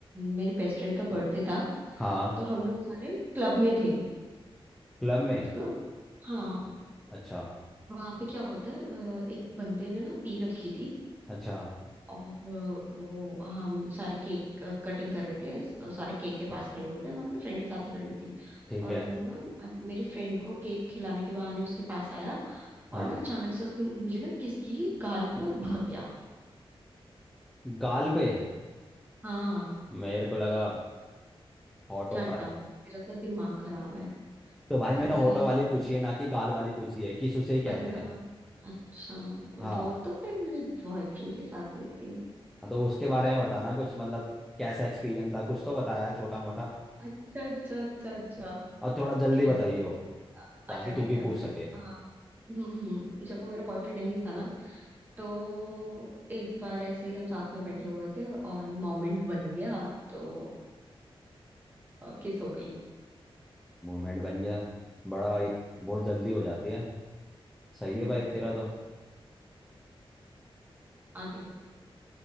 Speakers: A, on the right; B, in the centre.
A: मेरी बेस्ट फ्रेंड का बर्थडे था
B: हाँ
A: तो हम लोग सारे क्लब में थे
B: क्लब में
A: तो ना हाँ
B: अच्छा
A: वहां पे क्या होता है अ, एक बंदे ने ना पी रखी थी
B: अच्छा
A: और वो हम सारे केक कटिंग कर रहे थे तो सारे केक के पास खड़े हुए थे मैं अपने फ्रेंड के साथ ही खड़ी थी
B: ठीक
A: और
B: है
A: वो ना मेरे फ्रेंड को केक खिलाने के बहाने उसके पास आया और
B: हाँ
A: ना अचानक से उसने मुझे ना किस की गाल पे और भाग गया
B: गाल पे
A: हाँ
B: मेरे को लगा होटो
A: टाटा
B: पर
A: तेरा तो दिमाग खराब है
B: तो भाई मैंने
A: तो फिर
B: होटो वाली पूछी है ना कि गाल वाली पूछी है किस उसे ही कहते
A: अल्लाह
B: हैं
A: अच्छा
B: हाँ
A: वो तो फिर मेरे बॉयफ्रेंड के साथ हुई थी
B: हाँ, तो उसके बारे में बताना कुछ मतलब कैसा एक्सपीरियंस था कुछ तो बताया छोटा मोटा
A: अच्छा अच्छा अच्छा अच्छा
B: और थोड़ा जल्दी
A: कैसे
B: बताइयो ताकि
A: अच्छा ठीक
B: तू भी
A: है
B: पूछ सके
A: हाँ हम्म जब वो मेरा बॉयफ्रेंड नहीं था ना तो एक बार ऐसे ही हम साथ में बैठे हुए थे और मोमेंट बन गया तो किस हो गई
B: मूवमेंट बन गया बड़ा ही- बहुत जल्दी हो जाती है सही
A: हम्म,
B: है भाई तेरा तो
A: आगे बता